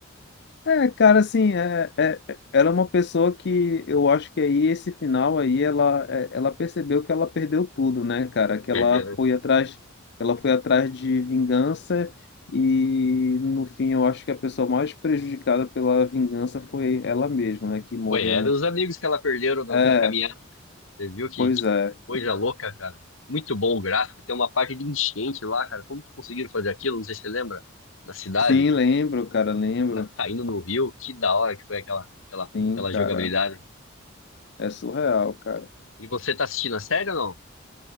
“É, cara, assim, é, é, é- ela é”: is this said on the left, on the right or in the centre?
Left